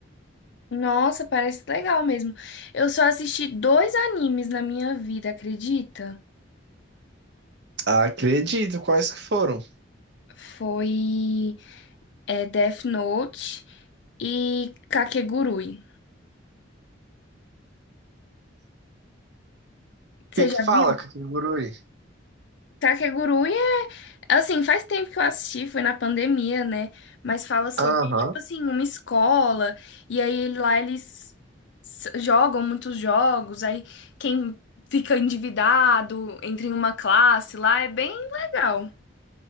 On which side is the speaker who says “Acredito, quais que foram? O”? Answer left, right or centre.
Right